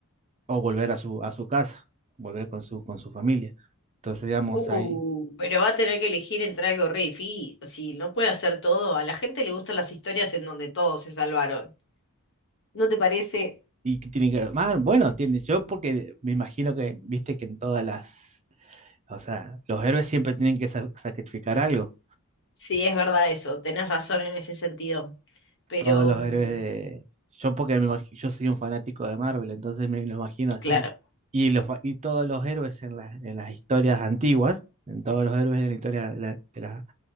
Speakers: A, on the right; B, on the left.
A: o volver a su, a su casa, volver con su, con su familia. Entonces, digamos,
B: Uh,
A: ahí,
B: pero va a tener que elegir entre algo re difícil, no puede hacer todo. A la gente le gustan las historias en donde todos se salvaron. ¿No te parece?
A: y que tiene que, ah, bueno, tiene, yo porque me imagino que, viste que en todas las, o sea, los héroes siempre tienen que sa- sacrificar algo,
B: Sí, es verdad eso, tenés razón en ese sentido. Pero,
A: todos los
B: mm,
A: héroes de, yo porque me imagi- yo soy un fanático de Marvel, entonces me lo imagino así,
B: claro.
A: y, los, fa- y todos los héroes en, las en las historias antiguas, en todos los héroes de la historia, de la- de la-